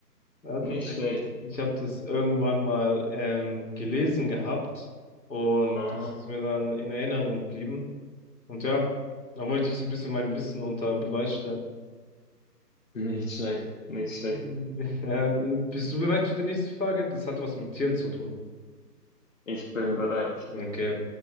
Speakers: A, on the left; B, on the left.
A: ja, tatsächlich.
B: Nicht schlecht.
A: Ich habe das irgendwann mal ähm, gelesen gehabt und
B: Ah,
A: das ist mir dann in Erinnerung geblieben. Und ja, dann wollte ich so ein bisschen mein Wissen unter Beweis stellen. <laughs>
B: nicht schlecht, nicht schlecht.
A: Ähm, Ja, bist du bereit für die nächste Frage? Das hat was mit Tieren zu tun.
B: Ich bin bereit.
A: Okay.